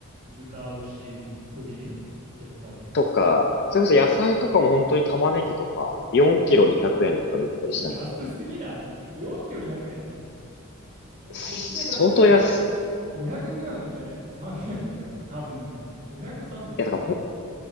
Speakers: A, on the right (about 40°); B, on the left (about 55°).
A: 豚、牛、鳥やっぱり。
B: とか、それこそ野菜とかも本当に玉ねぎとか、4キロ200円とかで売ってたりしたので、
A: <laughs> 安すぎない ?4 キロ200円。え、
B: 相当安
A: こっちで買ったら500グラムで300だよ。多分だけど。500、300だから。
B: い、いや、だからほん、